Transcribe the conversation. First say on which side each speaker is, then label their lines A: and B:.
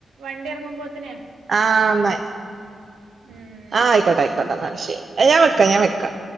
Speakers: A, on the right; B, on the right.
A: വണ്ടി ഇറങ്ങുമ്പോത്തനെ
B: ആന്ന്
A: ഉം
B: ആ
A: ന്നാ
B: ആയികോട്ടെ
A: ശരി
B: ആയിക്കോട്ടെ എന്നാൽ ശെരി ഞാൻ വെക്ക ഞാൻ വെക്കാം